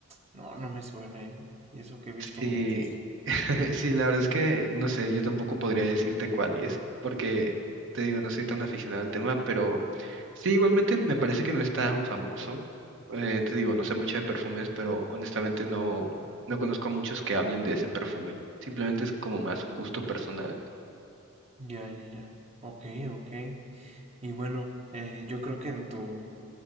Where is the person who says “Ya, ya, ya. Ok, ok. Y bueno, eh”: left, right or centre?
Right